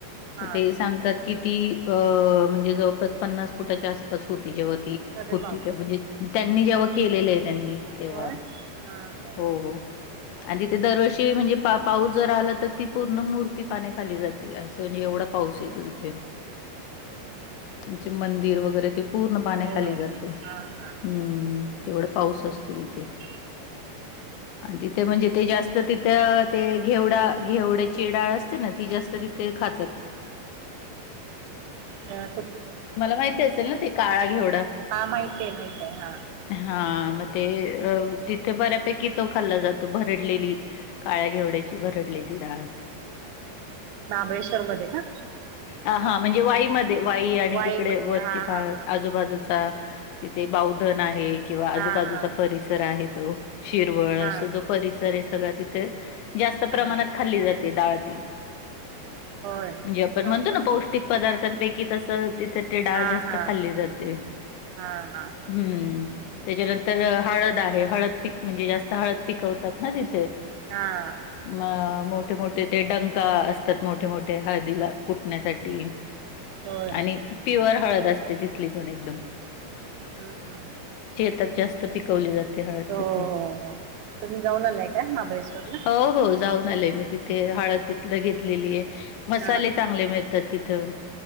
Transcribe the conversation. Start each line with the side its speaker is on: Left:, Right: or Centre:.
Right: हा
Left: ती सांगतात किती. अ म्हणजे जवळपास पन्नास फुटाच्या आसपास होती, जेव्हा, ती
Right: अरे
Left: होती,
Right: बापरे
Left: तेव्हा म्हणजे, ती होती, त्यात त्यांनी जेव्हा केलेलं आहे, त्यांनी तेव्हा,
Right: होय हा हा
Left: हो हो आणि तिथे दरवर्षी म्हणजे पा पाऊस जर आला तर ती पूर्ण मूर्ती पाण्या खाली जाते असं म्हणजे, एवढा पाऊस येतो तथे,
Right: हम्म हम्म
Left: म्हे मंदिर वगैरे ते, पूर्ण पाण्याखाली
Right: होय
Left: जातो.
Right: हा हा
Left: हम्म तेवढा पाऊस असतो तिथे,
Right: हम्म.
Left: आणि तिथे म्हणजे ते जास्त तिथं ते घेवडा घेवड्याची डाळ असते ना! ती जास्त ति, ते खातात,
Right: ह,
Left: मला माहिती असेल ना! ते काळा घेवढा,
Right: हा माहिती आहे माहिती आहे हा
Left: हा.. मग ते तिथे बऱ्यापैकी तो खाल्ला जातो. भरडलेली, काळ्या घेवड्याची भरडलेली, लीडाळ,
Right: महाबळेश्वर मध्ये का,
Left: हा म्हणजे, वाईमध्ये वाई आणि
Right: वाई
Left: तिकडे
Right: मध्ये
Left: वरती
Right: हा हा
Left: बा आजूबाजूचा तिथे बाौधन आहे. किंवा आजूबाजूचा
Right: हा
Left: परिसर आहे तो, शिरवळ
Right: हा हा हा
Left: असा जो परिसर आहे. सगळ तिथे जास्त
Right: हा
Left: प्रमाणात खाल्ली जाते डाळ. ती.
Right: होय हा
Left: म्हणजे, आपण म्हणतो
Right: हा
Left: ना! पौष्टिक पदार्थांपैकी तस, तर ते डाळ
Right: हा
Left: जास्त
Right: हा
Left: खाल्ली जाते.
Right: हा हा
Left: हम्म! त्याच्यानंतर हळद आहे, हळद पीक म्हणजे जास्त हळद पिकवतात ना तिथे.
Right: हा
Left: म, मो मोठे- मोठे, ते, डंका असतात. मोठे- मोठे हळदीला कुटण्यासाठी,
Right: हो,
Left: आणि प्युअर हळद असते. तिथली पण एकदम
Right: हा हा
Left: तर, जास्त पिकवले जातात. हळद
Right: हो
Left: तिथे,
Right: हो तुम्ही जाऊन आलाय का महाबळेश्वरला
Left: हो हो जाऊ, म्हले मी तिथे हळद तिथ घेतलेली आहे, मसाले
Right: हा
Left: चांगले मिळतात तिथं,